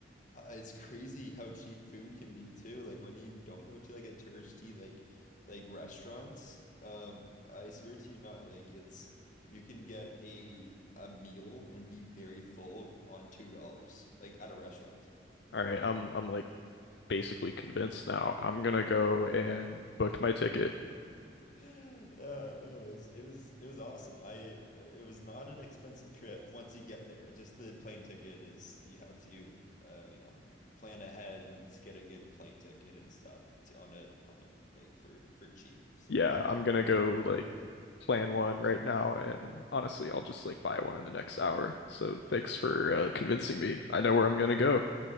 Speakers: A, on the left; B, on the left.
A: uh, it's crazy how cheap food can be too. Like when you don't go to like a touristy like like restaurants, um, I swear to you not, like it's you can get a a meal and be very full on two dollars, like at a restaurant.
B: All right, I'm I'm like basically convinced now. I'm gonna go and book my ticket.
A: <laughs> Yeah, no, it was it was it was awesome. I uh, it was not an expensive trip once you get there. It's just the plane ticket is you have to uh, you know, plan ahead and get a good plane ticket and stuff to, on a on a like for for cheap. So.
B: Yeah, I'm gonna go like plan one right now, and honestly, I'll just like buy one in the next hour. So thanks for uh, convincing me. I know where I'm gonna go.